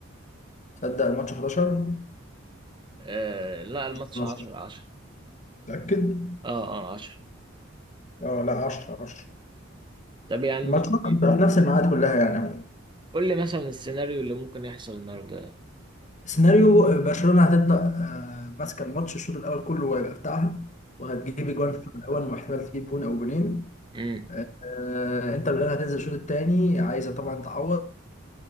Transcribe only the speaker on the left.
تصدق الماتش 11
12
متأكد؟
اه لا 10 10
الماتش هتبقى في نفس الميعاد كلها يعني عموما
سيناريو آه، برشلونة هتبدأ آه، ماسكة الماتش الشوط الأول كله وهيبقى بتاعها وهتجيب جوان في الشوط الأول واحتمال تجيب جون أو جونين
آه، آه، إنتر ميلان هتنزل الشوط التاني عايزة طبعا تعوض